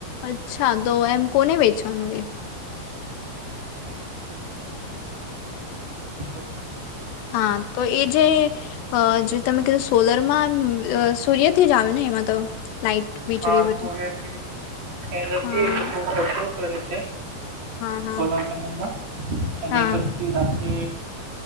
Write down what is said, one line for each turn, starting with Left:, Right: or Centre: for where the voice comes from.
Left: અચ્છા તો એમ કોને વેચવાનું એ
Right: હલો.
Left: હા તો એ જે જે તમે કીધું સોલરમાં સૂર્યથી જ આવે ને એમાં તો? લાઈટ વીજળી
Right: હા
Left: બધું
Right: સૂરજથી <unintelligible>
Left: હા
Right: કરે છે.
Left: હા હા
Right: સોલાર પેનલમાં અને
Left: હા
Right: પછી એ જ,